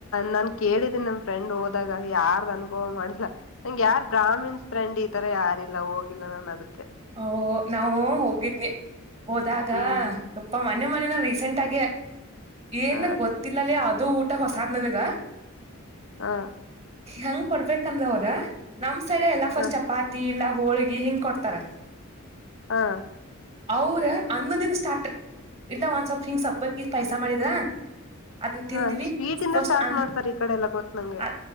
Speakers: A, on the left; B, on the right.
A: ನಾನ್ ಕೇಳಿದ್ದೀನಿ ನಮ ಫ್ರೆಂಡ್ ಹೋದಾಗ ಯಾರ್ದ್ ಅನುಭವ ಮಾಡಿಲ್ಲ ನಂಗೆ ಯಾರ್ ಬ್ರಹಾಮಿನ್ಸ್ ಫ್ರೆಂಡ್ ಈ ತರ ಯಾರಿಲ್ಲ ಹೋಗಿಲ್ಲ ನಾನು ಅದಕ್ಕೆ
B: ಓ ನಾವು ಹೋಗಿದ್ನಿ ಹೋದಾಗ
A: ಹ್ಮ್
B: ಇಪ್ಪ ಮನೆ ಮನೆನ ರೀಸೆಂಟ್ ಆಗೇ ಏನ್
A: ಹ
B: ನಂಗಗೆ ಗೊತ್ತಿಲ್ಲಲ್ಲಿ ಅದು ಊಟ ಹೊಸಾದ್ ನನ್ಗ
A: ಹಾ
B: ಹೆಂಗ್ ಕೊಡ್ಬೇಕ ಅಂದ್ ಅವ್ರ ನಮ್ ಸೈಡ್ ಎಲ್ಲಾ
A: ಹ
B: ಫಸ್ಟ್ ಚಪಾತಿ ಇಲ್ಲ ಹೋಳ್ಗಿ ಹಿಂಗ್ ಕೊಡ್ತಾರ
A: ಹಾ
B: ಅವ್ರ ಅನ್ನ ದಿನ ಸ್ಟಾರ್ಟ ಇಲ್ಲ ಒನ್ಸ್ ಆಫ್ ಕಿಂಗ್ಸ್ ಹಬ್ಬಕ್ಕ ಪೈಸಾ ಮಾಡಿದ್ರಾ ಅದ್ನ ತಿಂದ್ವಿ
A: ಹ ಸ್ವೀಟ್ ಇಂದ
B: ಫಸ್ಟ್
A: ಸ್ಟಾರ್ಟ್
B: ಅನ್
A: ಮಾಡ್ತಾರೆ ಈ ಕಡೆ ಎಲ್ಲ ಗೊತ್ ನಂಗೆ
B: ಅ್